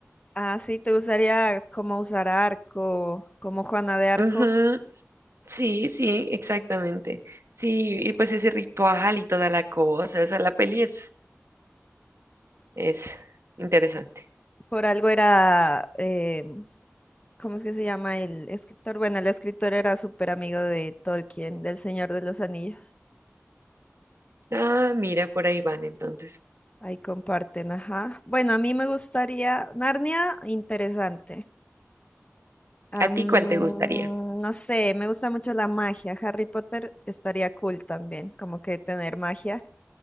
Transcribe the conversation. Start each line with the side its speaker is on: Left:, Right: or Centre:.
Left: Ah, sí, ¿te gustaría como usar arco, como Juana de Arco?
Right: Ujú, Sí, sí, exactamente. Sí, y pues ese ritual y toda la cosa, esa la peli es, es interesante.
Left: Por algo era em, ¿cómo es que se llama el escritor? Bueno, el escritor era súper amigo de Tolkien, del Señor de los Anillos.
Right: Ah, mira, por ahí van entonces.
Left: Ahí comparten, ajá. Bueno, a mí me gustaría Narnia, interesante. Am,
Right: ¿A ti cuál te gustaría?
Left: no sé, me gusta mucho la magia. Harry Potter estaría cool también, como que tener magia.